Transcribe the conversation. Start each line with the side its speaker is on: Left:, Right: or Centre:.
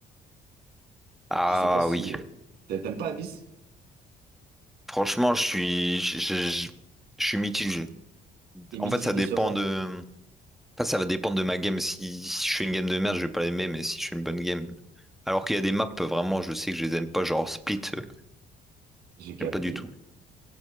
Centre: Ah
Right: Je sais pas si
Centre: oui,
Right: t'a- t'aimes pas Abyss?
Centre: franchement, je suis... Je, je- je je suis mitigé.
Right: T'es
Centre: En
Right: mitigé
Centre: fait, ça dépend
Right: sur ça?
Centre: de Enfin, ça va dépendre de ma game. Si, si je fais une game de merde, je vais pas l'aimer, mais si je fais une bonne game. Alors qu'il y a des maps, vraiment, je sais que je les aime pas, genre Split, euh,
Right: J'ai capté,
Centre: j'aime pas du tout.